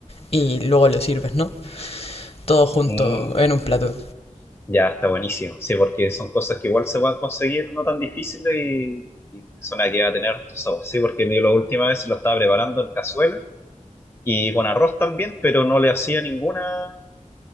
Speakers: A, on the left; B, on the left.
A: y luego lo sirves, ¿no? Todo junto
B: mm,
A: en un plato.
B: ya está buenísimo. Sí, porque son cosas que igual se pueden conseguir no tan difíciles y, y son las que va a tener harto sabor. Sí, porque yo la última vez lo estaba preparando en cazuela y con arroz también, pero no le hacía ninguna.